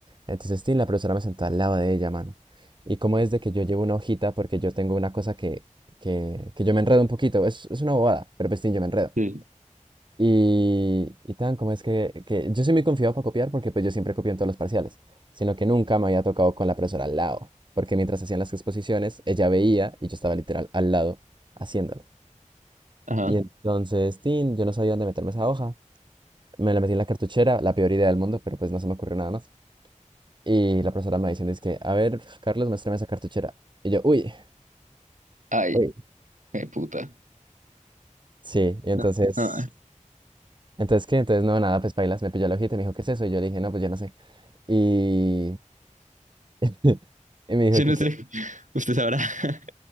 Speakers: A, on the right (about 35°); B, on the right (about 70°).
A: Entonces, Tin, la profesora me sentó al lado de ella, mano. Y como es de que yo llevo una hojita, porque yo tengo una cosa que, que, que yo me enredo un poquito, es, es una bobada, pero pues, Tin, yo me enredo.
B: Sí.
A: Y, y tan, como es que, que yo soy muy confiado para copiar, porque pues yo siempre copio en todos los parciales, sino que nunca me había tocado con la profesora al lado, porque mientras hacían las exposiciones, ella veía y yo estaba literal al lado haciéndolo.
B: Ajá.
A: Y entonces, tin, yo no sabía dónde meterme esa hoja. Me la metí en la cartuchera, la peor idea del mundo, pero pues no se me ocurrió nada más. Y la profesora me va diciendo, es que, a ver, Carlos, muéstrame esa cartuchera. Y yo, uy,
B: Ay,
A: uy.
B: qué puta.
A: Sí, y entonces,
B: No, ah,
A: entonces, ¿qué? Entonces, no, nada, pues bailas, me pilló la hojita y me dijo, ¿qué es eso? Y yo le dije, no, pues yo no sé. Y, <laughs> y me dijo
B: yo
A: que,
B: no
A: que...
B: sé. <laughs> Usted sabrá <laughs>